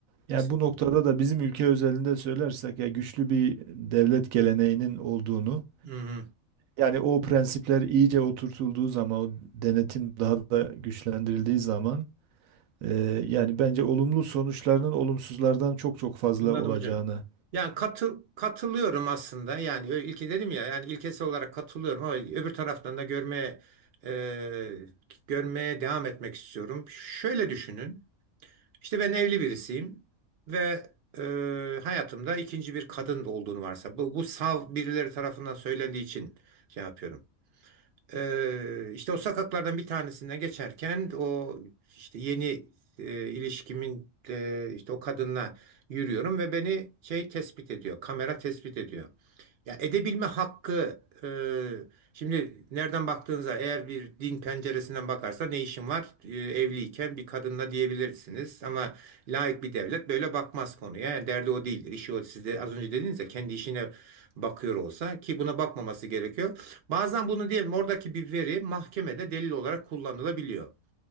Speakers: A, on the right; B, on the right.
A: yani
B: Estağfurullah.
A: bu noktada da bizim ülke özelinde söylersek ya güçlü bir devlet geleneğinin olduğunu
B: Hı hı.
A: yani o prensipler iyice oturtulduğu zaman o denetim daha da güçlendirildiği zaman e, yani bence olumlu sonuçlarının olumsuzlardan çok çok fazla
B: Anladım
A: olacağını
B: hocam. Yani katıl, katılıyorum aslında. Yani ö- ilki dedim ya yani ilkesi olarak katılıyorum ama öbür taraftan da görmeye e, görmeye devam etmek istiyorum. Şöyle düşünün. İşte ben evli birisiyim ve e, hayatımda ikinci bir kadın olduğunu varsa bu, bu sav birileri tarafından söylendiği için şey yapıyorum. E, işte o sokaklardan bir tanesinden geçerken o işte yeni e, ilişkimin e, işte o kadınla yürüyorum ve beni şey tespit ediyor. Kamera tespit ediyor. Ya edebilme hakkı e, şimdi nereden baktığınıza eğer bir din penceresinden bakarsa ne işin var E, evliyken bir kadınla diyebilirsiniz ama laik bir devlet böyle bakmaz konuya yani derdi o değildir işi o siz de az önce dediniz ya kendi işine bakıyor olsa ki buna bakmaması gerekiyor bazen bunu diyelim oradaki bir veri mahkemede delil olarak kullanılabiliyor.